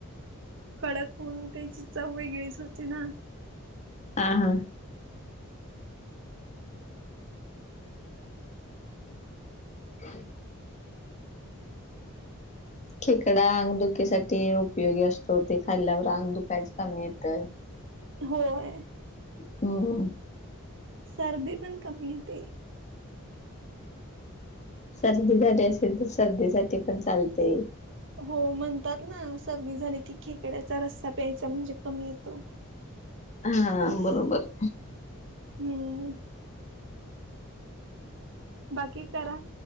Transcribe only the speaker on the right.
कडकून त्याची चव वेगळीच होते ना?
होय.
सर्दी पण कमी येते.
हो म्हणतात ना सर्दी झाली की खेकड्याचा रस्सा प्यायचा म्हणजे कमी येतो.
हम्म. <inaudible> बाकी करा